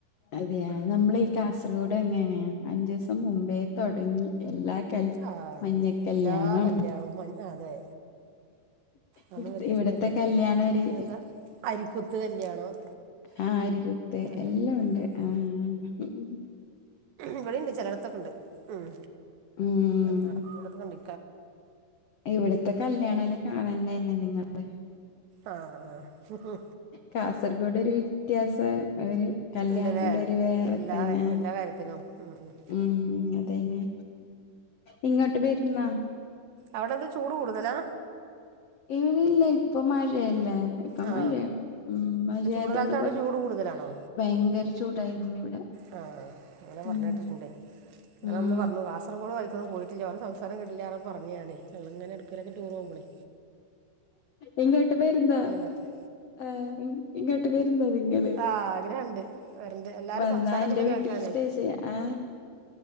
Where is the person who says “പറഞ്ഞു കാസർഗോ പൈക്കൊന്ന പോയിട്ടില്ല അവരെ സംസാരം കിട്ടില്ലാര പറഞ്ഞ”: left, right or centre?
Right